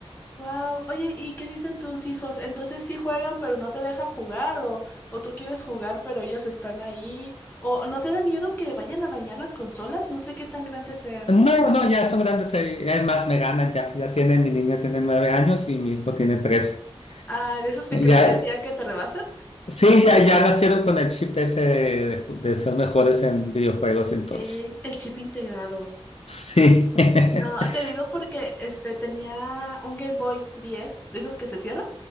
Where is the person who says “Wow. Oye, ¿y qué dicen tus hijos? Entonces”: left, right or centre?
Left